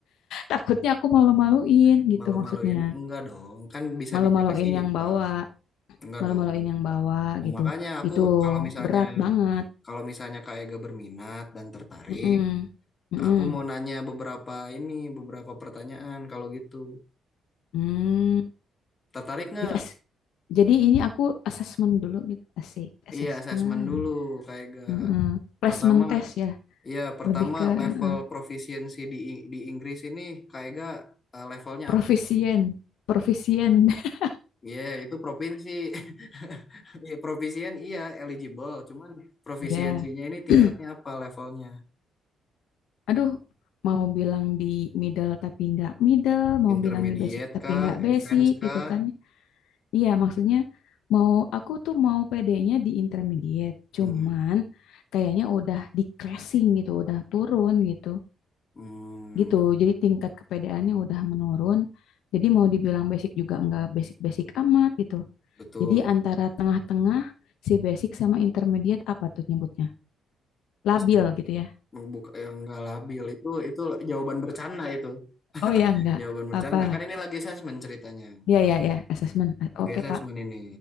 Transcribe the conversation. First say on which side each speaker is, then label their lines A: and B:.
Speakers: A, on the left; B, on the left.
A: Takutnya aku malu-maluin
B: <laughs>
A: gitu
B: malu-maluin.
A: maksudnya.
B: Enggak dong, kan bisa
A: Malu-maluin
B: dijaga sih.
A: yang
B: Nah,
A: bawa,
B: enggak
A: malu-maluin
B: dong.
A: yang bawa
B: Nah,
A: gitu.
B: makanya aku
A: Itu
B: kalau misalnya
A: berat banget.
B: kalau misalnya Kak Ega berminat dan tertarik,
A: Mm-mm. Mm-mm.
B: aku mau nanya beberapa ini, beberapa pertanyaan kalau gitu.
A: Hmm.
B: Tertarik nggak?
A: Dites. Jadi ini aku assessment dulu gitu. Asik, assessment.
B: Iya, assessment dulu Kak Ega.
A: Mm-mm. Placement
B: Pertama,
A: test ya.
B: iya pertama
A: Lebih ke
B: level
A: eh,
B: proficiency di di Inggris ini Kak Ega eh, levelnya
A: profisien.
B: apa?
A: Profisien. <laughs>
B: Iya, itu provinsi. <laughs> Ya, provisien iya eligible, cuman provisiensinya
A: Iya.
B: ini tingkatnya
A: <clears throat>
B: apa levelnya?
A: Aduh, mau bilang di middle tapi nggak middle, mau
B: Intermediate
A: bilang di basic tapi
B: kah,
A: nggak basic
B: advance kah?
A: gitu kan. Iya, maksudnya mau aku tuh mau PD-nya di intermediate, cuman
B: Hmm.
A: kayaknya udah decreasing gitu, udah turun gitu.
B: Hmm,
A: Gitu. Jadi tingkat kepedeannya udah menurun. Jadi mau dibilang basic juga nggak basic-basic amat gitu.
B: betul.
A: Jadi antara tengah-tengah si basic sama intermediate apa tuh nyebutnya? Labil
B: Sebut
A: gitu ya.
B: buka yang nggak labil itu itu jawaban bercanda itu.
A: Oh ya,
B: <laughs>
A: enggak.
B: Jawaban bercanda.
A: Apa?
B: Kan ini lagi assessment ceritanya.
A: Ya, ya, ya, assessment.
B: Lagi
A: Oke,
B: assessment
A: Pak.
B: ini